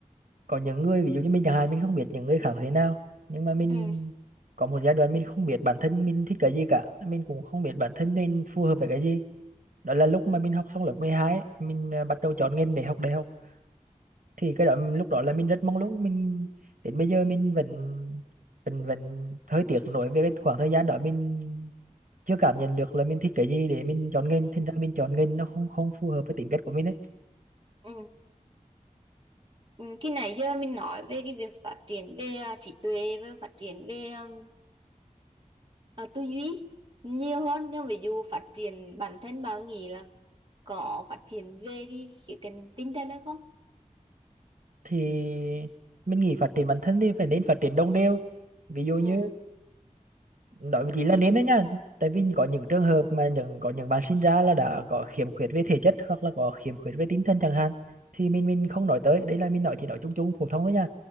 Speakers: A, on the right; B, on the right.
A: có những người ví dụ như mình chẳng hạn mình không biết những người khác thế nào nhưng mà mình
B: Ừ.
A: có một giai đoạn mình không biết bản thân mình thích cái gì cả mình cũng không biết bản thân mình phù hợp với cái gì đó là lúc mà mình học xong lớp 12 ấy, mình à, bắt đầu chọn ngành để học đại học thì cái đó lúc đó là mình rất mong muốn mình đến bây giờ mình vẫn vẫn vẫn hơi tiếc nuối về cái khoảng thời gian đó mình chưa cảm nhận được là mình thích cái gì để mình chọn nghề thành ra mình chọn nghề nó không không phù hợp với tính cách của mình ấy
B: Ừ. Ừ. Khi nãy giờ mình nói về cái việc phát triển về à, trí tuệ và phát triển về um, Ờ, tư duy nhiều hơn nhưng ví dụ phát triển bản thân bạn nghĩ là có phát triển về cái khía cạnh tinh thần hay không
A: thì mình nghĩ phát triển bản thân thì phải nên phát triển đồng đều ví dụ
B: ừ
A: như nói với chị là nên đấy nha tại vì có những trường hợp mà những có những bạn sinh ra là đã có khiếm khuyết về thể chất hoặc là có khiếm khuyết về tinh thần chẳng hạn thì mình mình không nói tới đấy là mình nói chỉ nói chung chung phổ thông thôi nha